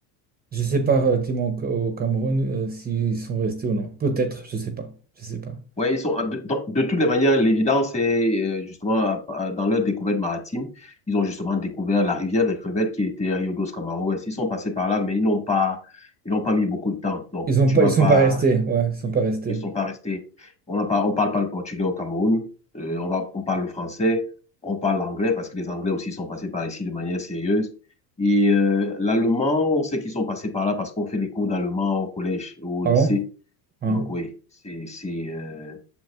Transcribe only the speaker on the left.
Ouais, ils sont, de, dans- de toutes les manières, l'évidence est euh, justement à- à- dans leur découverte maritime, ils ont justement découvert la rivière des crevettes qui était Rio dos Camaroes. Ils sont passés par là, mais ils n'ont pas, ils n'ont pas mis beaucoup de temps. Donc,
tu
vas
pas,
Oui.
Ils sont pas restés. On n'a pas, on parle pas le portugais au Cameroun. Euh, on va, on parle le français. On parle l'anglais parce que les Anglais aussi sont passés par ici de manière sérieuse. Et euh, l'allemand, on sait qu'ils sont passés par là parce qu'on fait des cours d'allemand au collège ou au
lycée.
Donc oui, c'est, c'est, euh,